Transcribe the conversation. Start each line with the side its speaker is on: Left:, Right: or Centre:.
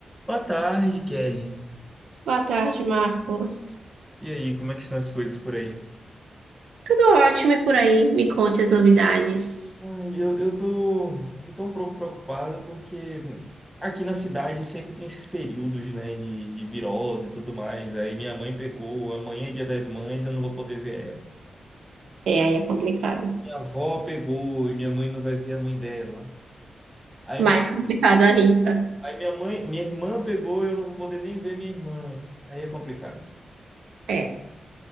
Centre: Boa tarde, Kelly.
Right: Boa tarde, Marcos.
Centre: E aí, como é que estão as coisas por aí?
Right: Tudo ótimo e por aí, me conte as novidades.
Centre: Ai, eu, eu tô tão preocupada porque aqui na cidade sempre tem esses períodos, né, de, de virose e tudo mais. Aí minha mãe pegou, amanhã é dia das mães, eu não vou poder ver ela.
Right: É, aí é complicado.
Centre: Minha avó pegou e minha mãe não vai ver a mãe dela. Aí,
Right: Mais
Centre: mi,
Right: complicado ainda.
Centre: aí minha mãe, minha irmã pegou e eu não vou poder nem ver minha irmã. Aí é complicado.
Right: É.